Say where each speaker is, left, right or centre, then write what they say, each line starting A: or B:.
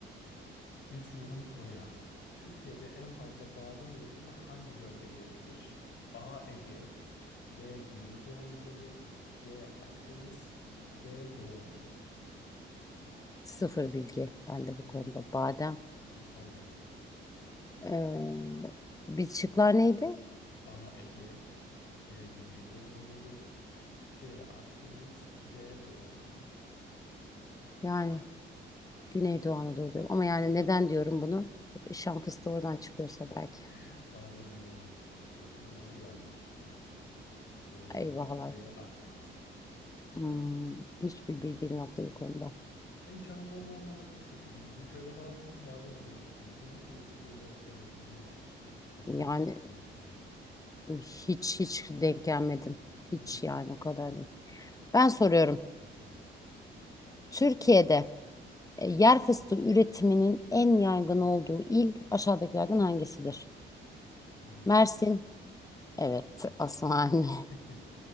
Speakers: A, on the left; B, on the left.
A: Geçiyorum soruya. Türkiye'de en fazla badem üretimi hangi bölgede yapılır? A. Ege B. Güneydoğu Anadolu C. Akdeniz D. Doğu Anadolu
B: Sıfır bilgi bende bu
A: <laughs>
B: konuda. Badem.
A: Salla o zaman.
B: Ee, bir şıklar neydi?
A: A. Ege B. Güneydoğu Anadolu C. Akdeniz D. Doğu Anadolu
B: Yani Güneydoğu Anadolu diyorum. Ama yani neden diyorum bunu? Şan fıstığı oradan çıkıyorsa belki.
A: <laughs> Badem doğudan çıkıyor diyorsun ama yanlış maalesef. Doğru
B: Eyvahlar.
A: cevap C. Akdeniz.
B: Hmm, hiçbir bilgim yoktu bu konuda.
A: Ben İç Anadolu'nun olmamasına şaşırdım. Bizim köyde falan çok badem olur aslında. Demek ki çok öyle yaygın değilmiş. Veya tarım
B: Yani
A: bir yapılmıyormuş demek ki.
B: hiç hiç denk gelmedim. Hiç
A: Hı.
B: yani
A: <laughs>
B: o kadar değil. Ben
A: Tamam.
B: soruyorum.
A: Sıra sende.
B: Türkiye'de e, yer fıstığı üretiminin en yaygın olduğu il aşağıdakilerden hangisidir?
A: Osmaniye.
B: Mersin. Evet.
A: Merak ettim şimdi.
B: Asmani. <laughs>
A: <laughs>